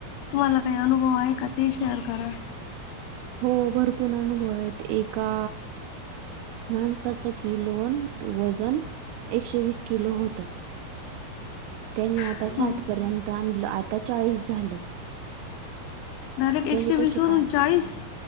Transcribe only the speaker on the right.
हो भरपूर अनुभव आहेत एका माणसाच किलोन वजन एकशे वीस किलो होतं. त्यांनी आता
साठपर्यंत आणलं आता चाळीस झालं.
त्यांनी
तशी
काय